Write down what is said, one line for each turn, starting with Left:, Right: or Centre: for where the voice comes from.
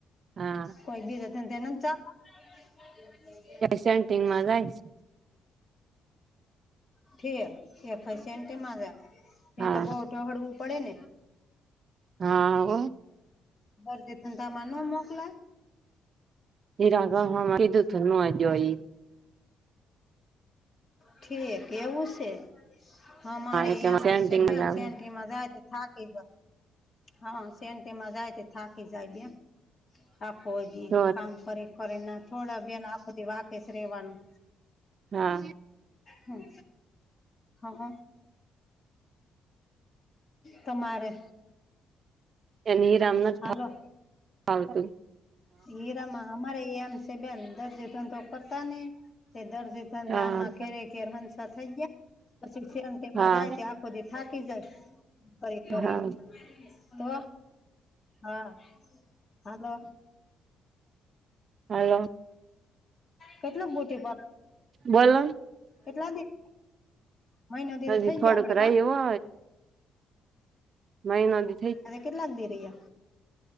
Right: હા.
Left: કોઈ બેજના <unintelligible>
Right: સ ટિંગમાં જાય છે.
Left: ઠી એ પૈસ એન્ટ માજા- <inaudible>
Right: હા
Left: એ તો બહુ ઠો હળવું પડે ને?
Right: હા હો
Left: દરતી ધંધામાં ન મોકલાય.
Right: એ રાગા હા, કીધું થર ન આજ્યોઈ
Left: ઠીક એવું છે. હા, મારે
Right: એ કે
Left: એમાં
Right: માર સેન્ટિંગમાં
Left: બેન
Right: જાવું
Left: સેન્ટીમાં જાય, તો થાકી. હા, સેન્ટમાં જાય, તે થાકી જાય બેન, આખો હોય, દ
Right: તો
Left: કામ કરી. ના, થોડા બેન આખોથી વાકે છે રેવાનું.
Right: હા
Left: હમ, હ. તમારે
Right: અને હ, રામનાથ
Left: હાલો.
Right: ફાલતું.
Left: હીરામાં અમારે એમ છે, બેન દરદી ધંધો કરતા ને. તે દર્શ તતા
Right: હા
Left: આમાં ઘેરે ઘેર હંસા થઈ જાય. પછી શેણ તેમાં
Right: હા
Left: જાય તે, આખો દ થાકી જાય. કરીરી
Right: હા
Left: કરી, તો હા, હલો.
Right: હાલો
Left: કેટલા મોટી પ
Right: બોલો
Left: કેટલા દિવ મહિના દીરે
Right: હજી
Left: થઈ
Right: થોડુંક
Left: ગયો આપડે
Right: રહ્યું
Left: કામ?
Right: નહી.
Left: અઆજે કે લગી રહીએ?